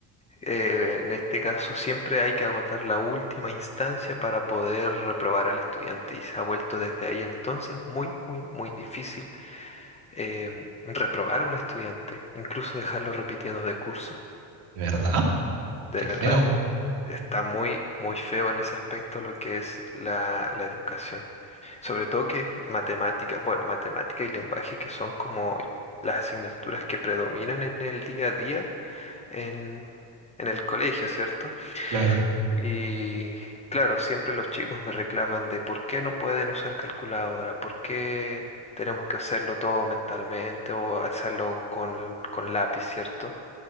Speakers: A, on the left; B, on the right.
A: Eh, en este caso, siempre hay que agotar la última instancia para poder reprobar al estudiante y se ha vuelto desde ahí entonces muy, muy, muy difícil eh, reprobar a un estudiante, incluso dejarlo repitiendo de curso.
B: ¿De verdad?
A: De
B: Qué
A: verdad,
B: feo.
A: está muy, muy feo en ese aspecto lo que es la la educación. Sobre todo que matemáticas, bueno, matemática y lenguaje que son como las asignaturas que predominan en el día a día en, en el colegio, ¿cierto?
B: Claro.
A: Y claro, siempre los chicos me reclaman de por qué no pueden usar calculadora, por qué tenemos que hacerlo todo mentalmente o hacerlo con, con lápiz, ¿cierto?